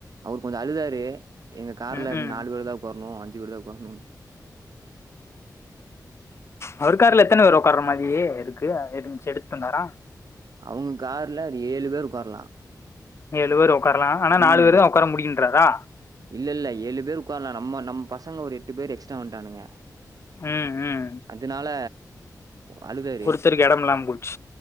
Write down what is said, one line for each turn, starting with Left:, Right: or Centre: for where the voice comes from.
Right: அவரு கொஞ்ச அழுதாரு எங்க கார்ல
Left: ம் ம்
Right: நாலு பேர்தா உக்காரனு அஞ்சு பேர்தா உக்காரனு
Left: அவருக்கார்ல எத்தன பேர் உட்கார்ற மாரி கு இருச்சு எடுத்தந்தார
Right: அவங் கார்ல ஒரு ஏழு பேர் உக்கார்ல
Left: ஏழு பேரு ஒக்காரலா ஆனா நாலு
Right: ம்.
Left: பேரு தா உக்கார முடியின்றாரா
Right: இல்ல இல்ல ஏழு பேர் உக்கார்லா நம் நம்ம பசங்க ஒரு எட்டு பேர் எக்ஸ்ட்ரா வன்ட்டானுங்க
Left: ம் ம்
Right: அதுனால அழுதாறு
Left: ஒருத்தருக்கு எடம் இல்லாம போச்சு